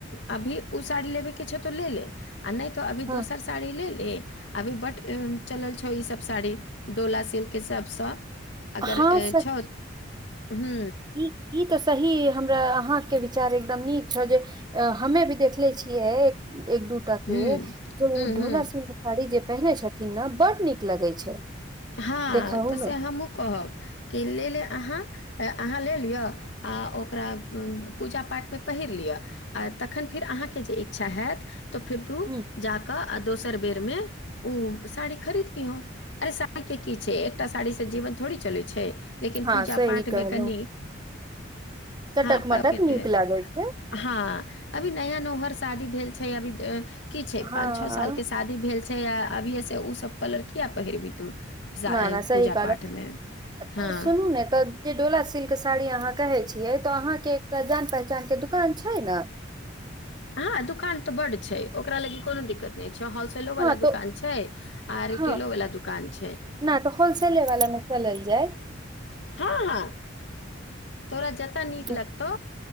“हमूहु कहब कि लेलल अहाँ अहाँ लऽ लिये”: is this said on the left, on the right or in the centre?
Left